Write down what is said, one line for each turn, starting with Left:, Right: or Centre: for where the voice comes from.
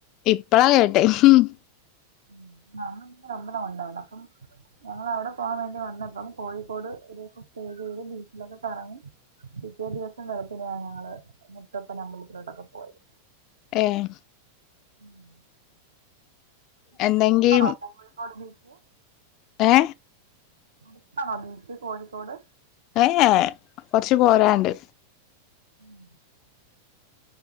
Left: ഇപ്പളാ കേട്ടെ <unintelligible>
Right: <unintelligible> ഉണ്ട അവിടപ്പം ഞങ്ങള് അവിടെ പോകാൻ വേണ്ടി വന്നപ്പം കോഴിക്കോട് ഒരു ദിവസം സ്റ്റേ ചെയ്ത് ബീച്ചിലൊക്കെ കറങ്ങി പിറ്റേ ദിവസം വെളുപ്പിനെയാണ് ഞങ്ങള് മുത്തപ്പൻ അമ്പലത്തിലോട്ടൊക്കെ പോയത്
Left: ഏഹ്
Right: ഉം നിങ്ങക്ക്
Left: എന്തെങ്കി
Right: അടുത്താണോ കോഴിക്കോട് ബീച്ച്
Left: ഏ
Right: അടുത്താണോ ബീച്ച് കോഴിക്കോട്
Left: ഏഹ്യേ കൊറച്ച് പോരാണ്ട്
Right: ഉം